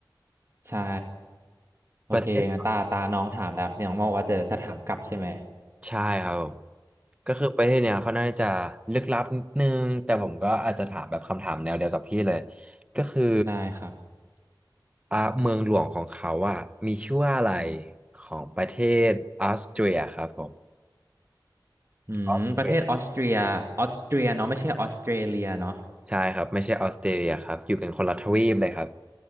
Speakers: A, on the right; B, on the right.
A: ใช่ โอเคงั้นตาตาน้องถามแล้วน้องบอกว่าจะจะถามกลับใช่ไหม
B: ประเทศ ใช่ครับผมก็คือประเทศเนี้ยเขาน่าจะลึกลับนิดนึงแต่ผมก็อาจจะถามแบบคำถามแนวเดียวกับพี่เลยก็คือ
A: ได้ครับ
B: อ่าเมืองหลวงของเขาอ่ะมีชื่อว่าอะไรของประเทศออสเตรียครับผม
A: อืมประเทศออสเตรียออสเตรียเนาะไม่ใช่ออสเตรเลียเนาะ
B: ออสเตรียใช่ครับไม่ใช่ออสเตรเลียครับอยู่กันคนละทวีปเลยครับ